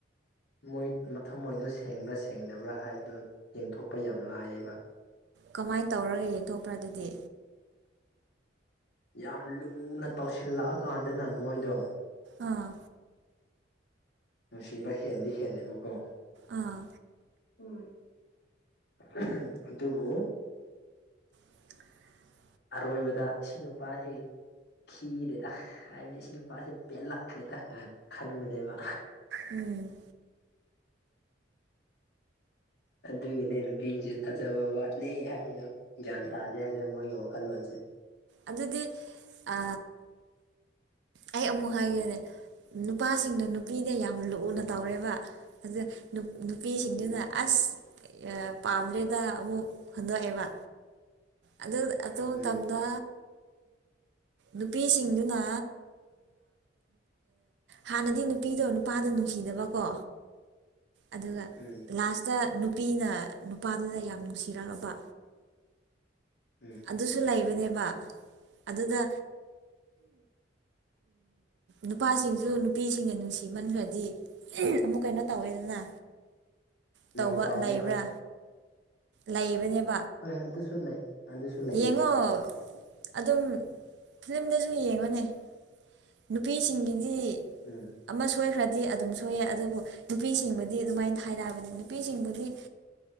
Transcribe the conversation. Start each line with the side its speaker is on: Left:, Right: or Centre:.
Left: ꯃꯣꯏ ꯃ ꯃꯣꯏꯗꯣ ꯁꯦꯡꯕ꯭ꯔꯥ ꯁꯦꯡꯗꯕ꯭ꯔꯥ ꯍꯥꯏꯕꯗꯨ ꯌꯦꯡꯊꯣꯛꯄ ꯌꯥꯝ ꯂꯥꯏꯑꯕ
Right: ꯀꯃꯥꯏꯅ ꯇꯧꯔꯒ ꯌꯦꯡꯊꯣꯛꯄ꯭ꯔꯥ ꯑꯗꯨꯗꯤ
Left: ꯌꯥꯝ ꯂꯨꯅ ꯇꯧꯁꯤꯜꯂꯛꯑꯀꯥꯟꯗꯅ ꯃꯣꯏꯗꯣ
Right: ꯑꯥ
Left: ꯁꯤꯕ ꯍꯦꯜꯗꯤ ꯍꯦꯜꯂꯦꯕꯨꯨ ꯀꯣ
Right: ꯑꯥ
Left: ꯎꯝ ꯎ ꯑꯗꯨꯕꯨ
Right: <unintelligible>
Left: ꯑꯔꯣꯏꯕꯗ ꯏ ꯅꯨꯄꯥꯁꯤ ꯈꯤꯔꯦꯗ ꯍꯥꯏꯕꯗꯤ ꯏꯆ ꯅꯨꯄꯥꯁꯦ ꯄꯦꯜꯂꯛꯈ꯭ꯔꯦꯗ ꯈꯟꯕꯅꯦꯕ
Right: ꯎꯝ
Left: ꯑꯗꯨꯒꯤꯅꯦ ꯅꯨꯄꯤꯁꯦ ꯊꯥꯖꯕ ꯋꯥꯠꯂꯦ ꯍꯥꯏꯕꯗꯣ ꯒ꯭ꯌꯥꯟ ꯇꯥꯗꯦ ꯍꯥꯏꯗꯅ ꯃꯣꯏꯒꯤ ꯋꯥꯈꯜꯂꯣꯟꯁꯦ
Right: ꯑꯗꯨꯗꯤ ꯑ ꯑꯩ ꯑꯃꯨꯛ ꯍꯥꯏꯒꯦꯅꯦ ꯅꯨꯄꯥꯁꯤꯡꯅ ꯅꯨꯄꯤꯅ ꯌꯥꯝ ꯂꯨꯅ
Left: ꯎꯝ
Right: ꯇꯧꯔꯦꯕ ꯑꯗꯨ ꯅꯨꯄꯤꯁꯤꯡꯗꯨꯅ
Left: ꯎꯝ
Right: ꯑꯁ ꯄꯥꯝꯗ꯭ꯔꯦꯗ ꯑꯃꯨꯛ ꯍꯟꯗꯣꯛꯑꯦꯕ ꯑꯗꯨ ꯑꯗꯨ ꯃꯇꯝꯗ
Left: ꯎꯝ
Right: ꯅꯨꯄꯤꯁꯤꯡꯗꯨꯅ ꯍꯥꯟꯅꯗꯤ ꯅꯨꯄꯤꯗꯣ ꯅꯨꯄꯥꯗ ꯅꯨꯡꯁꯤꯗꯕꯀꯣ ꯑꯗꯨꯒ
Left: ꯎꯝ
Right: ꯂꯥꯁꯇ ꯅꯨꯄꯤꯅ ꯅꯨꯄꯥꯗꯨꯗ ꯌꯥꯝ ꯅꯨꯡꯁꯤꯔꯛꯑꯕ
Left: ꯎꯝ
Right: ꯑꯗꯨꯁꯨ ꯂꯩꯕꯅꯦꯕ ꯑꯗꯨꯗ ꯅꯨꯄꯥꯁꯤꯡꯁꯨ ꯅꯨꯄꯤꯁꯤꯡꯅ ꯅꯨꯡꯁꯤꯃꯟꯈ꯭ꯔꯗꯤ ꯑꯃꯨꯛ ꯀꯩꯅꯣ ꯇꯧꯋꯦꯗꯅ ꯇꯧꯕ
Left: ꯅꯧ ꯆꯥꯎꯕꯅꯦ
Right: ꯂꯩꯕ꯭ꯔꯥ
Left: ꯍꯣꯏ
Right: ꯂꯩꯕꯅꯦꯕ
Left: ꯍꯣꯏ ꯍꯣꯏ ꯑꯗꯨꯁꯨ ꯂꯩ ꯑꯗꯨꯁꯨ ꯂꯩꯕꯅꯦ
Right: ꯌꯦꯡꯉꯣ
Left: ꯎꯝ
Right: ꯑꯗꯨꯝ ꯐꯤꯂꯝꯗꯁꯨ ꯌꯦꯡꯕꯅꯦ ꯅꯨꯄꯤꯁꯤꯡꯒꯤꯗꯤ
Left: ꯎꯝ
Right: ꯑꯃ ꯁꯣꯏꯈ꯭ꯔꯦ ꯗꯤ ꯑꯗꯨꯝ ꯁꯣꯏꯑ ꯑꯗꯨꯕꯨ ꯅꯨꯄꯤꯁꯤꯡꯕꯨꯗꯤ ꯑꯗꯨꯃꯥꯏꯅ ꯊꯥꯏꯅꯕꯅꯤ ꯅꯨꯄꯤꯁꯤꯡꯕꯨꯗꯤ